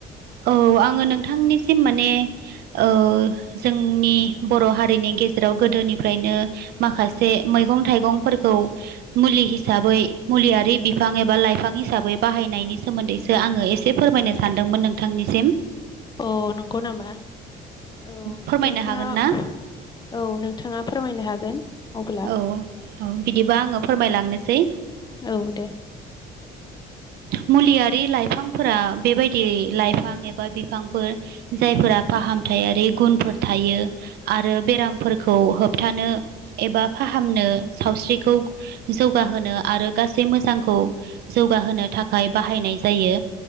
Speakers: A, on the right; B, on the left.
A: औ आङो नोंथांनिसिम माने ओ जोंनि बर' हारिनि गेजेराव गोदो गोदोनिफ्रायनो माखासे मैगं थाइगंफोरखौ मुलि हिसाबै मुलियारि बिफां एबा लाइफां हिसाबै बाहायनायनि सोमोन्दैसो आङो एसे फोरमायनो सानदोंमोन नोंथांनिसिम
B: अह नोंगौ नामा? औ
A: फोरमायनो
B: नोंथाङा
A: हागोन
B: औ
A: ना
B: नोंथाङा फोरमायनो हागोन। अब्ला
A: औ औ बिदिबा आङो फोरमायलांनोसै
B: औ दे
A: मुलियारि लाइफांफोरा बेबायदि लाइफां एबा बिफांफोर जायफोरा फाहामथायारि गुनफोर थायो आरो आरो बेरामफोरखौ होबथानो एबा फाहामनो सावस्रिखौ जौगाहोनो आरो गासै मोजांखौ जौगा होनो थाखाय बाहायनाय जायो